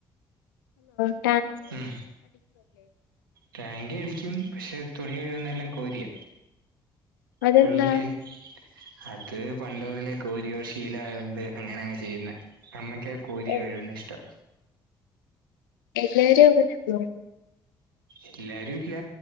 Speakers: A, on the left; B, on the right.
A: ആ
B: ഉം ടാങ്ക അടിക്കും പക്ഷെ തുണി കഴുകുന്നെല്ലാം കോരിയ
A: അതെന്താ
B: വെള്ള കാൻ അ അത് പണ്ടുതലേ കോരിയോ ശീലായോണ്ട് അങ്ങനെ അങ്ങെ ചെയ്യുന്ന അമ്മയ്ക്ക് കോരിയെ
A: എ-
B: കഴിവുന്ന ഇഷ്ടം
A: എല്ലാരും <unintelligible>
B: എല്ലാരും ഇല്ല